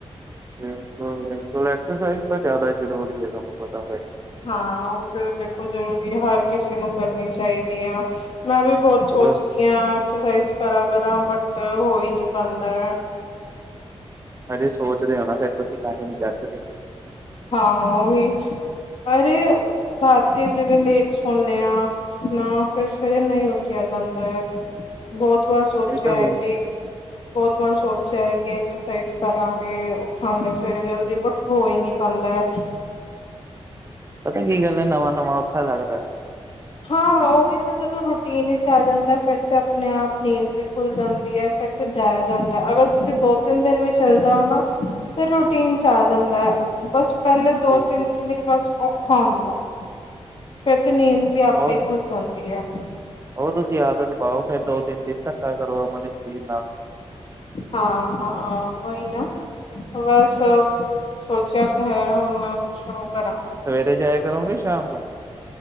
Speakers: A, on the right; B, on the left.
A: ਬਿਲਕੁਲ-ਬਿਲਕੁਲ ਐਕਸਰਸਾਈਜ਼ ਤਾਂ ਜ਼ਿਆਦਾ ਈ ਜ਼ਰੂਰੀ ਹੈ ਤੁਹਾਨੂੰ ਪਤਾ ਹੋਏ।
B: ਹਾਂ ਉਹ ਤੇ ਦੇਖੋ ਜ਼ਰੂਰੀ ਹਰ ਕਿਸੇ ਨੂੰ ਕਰਨੀ ਚਾਹੀਦੀ ਆ। ਮੈਂ ਵੀ ਬਹੁਤ ਸੋਚਦੀ
A: ਹੋਰ
B: ਹਾਂ ਐਕਸਰਸਾਈਜ਼ ਕਰਾ-ਕਰਾ ਬਟ ਹੋ ਹੀ ਨਹੀਂ ਪਾਂਦਾ ਹੈ।
A: ਹਜੇ ਸੋਚਦੇ ਹੋ ਨਾ ਫਿਰ ਤੁਸੀਂ ਤਾਹੀਂ ਨੀ ਕਰਦੇ ਪਏ।
B: ਹਾਂ ਉਹੀ ਅਰੇ ਰਾਤੀ ਜਿਵੇਂ ਲੇਟ ਸੋਣੇ ਆ। ਨਾ ਫਿਰ ਸਵੇਰ ਨਹੀਂ ਉੱਠਿਆ ਜਾਂਦਾ ਹੈ ਬਹੁਤ ਵਾਰ ਸੋਚਿਆ
A: ਇਹ ਤਾਂ
B: ਹੈ ਕੀ ਬਹੁਤ ਵਾਰ ਸੋਚਿਆ ਹੈ, ਕਿ ਐਕਸਰਸਾਈਜ਼ ਕਰਾਂਗੇ ਉੱਠਾਂਗੇ ਸਵੇਰੇ ਜਲਦੀ ਬੱਟ ਹੋਈ ਨੀ ਪੈਂਦਾ ਹੈ।
A: ਪਤਾ ਕੀ ਗੱਲ ਆ ਨਵਾਂ-ਨਵਾਂ ਔਖਾ ਲੱਗਦਾ ਐ।
B: ਹਾਂ ਉਹ ਵੀ ਨਾ ਜਦੋਂ ਰੂਟੀਨ ਵਿਚ ਆ ਜਾਂਦਾ, ਫਿਰ ਤੇ ਆਪਣੇ ਆਪ ਨੀਂਦ ਵੀ ਖੁੱਲ ਜਾਂਦੀ ਐ। ਫਿਰ ਤੇ ਜਾਇਆ ਜਾਂਦਾ ਅਗਰ ਤੁਸੀਂ ਦੋ-ਤਿੰਨ ਦਿਨ ਵੀ ਚੱਲ ਜਾਓ ਨਾ, ਤੇ ਰੂਟੀਨ ਚ ਆ ਜਾਂਦਾ। ਬਸ ਪਹਿਲੇ ਦੋ-
A: ਬਿਲਕੁਲ
B: ਤਿੰਨ ਦਿਨ ਹੀ ਬਸ ਔਖਾ ਹੁੰਦਾ, ਫਿਰ ਤੇ ਨੀਂਦ ਵੀ ਆ ਬਿਲਕੁਲ
A: ਉਹ
B: ਜਾਂਦੀ ਐ
A: ਉਹ ਤੁਸੀਂ ਆਦਤ ਪਾਓ, ਫੇਰ ਦੋ ਤਿੰਨ ਦਿਨ ਧੱਕਾ ਕਰੋ ਆਪਣੇ ਸਰੀਰ ਨਾਲ।
B: ਹਾਂ, ਹਾਂ ਉਹੀ ਨਾ ਬਸ ਸੋਚਿਆ ਤੇ ਹੈ, ਹੁਣ ਸ਼ੁਰੂ ਕਰਾਂਗੀ
A: ਸਵੇਰੇ ਜਾਇਆ ਕਰੋਂਗੇ ਸ਼ਾਮ ਨੂੰ।